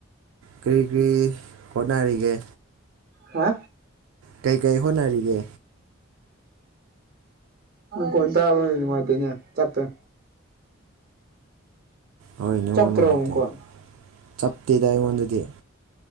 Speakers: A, on the right; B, on the right.
A: ꯀꯔꯤ ꯀꯔꯤ ꯍꯣꯠꯅꯔꯤꯒꯦ
B: ꯍꯥ
A: ꯀꯩ ꯀꯩ ꯍꯣꯠꯅꯔꯤꯒꯦ
B: ꯀꯣꯟ ꯇꯥꯅꯨꯡ ꯃꯥꯇꯅꯦ ꯆꯠꯇꯄ
A: ꯍꯣꯏꯅꯦꯉ
B: ꯆꯞꯇ꯭ꯔꯣ
A: ꯅꯨꯡꯉꯥꯏꯇꯦ
B: ꯃꯈꯣꯟ
A: ꯆꯞꯇꯦꯗ ꯑꯩꯉꯣꯟꯗꯗꯤ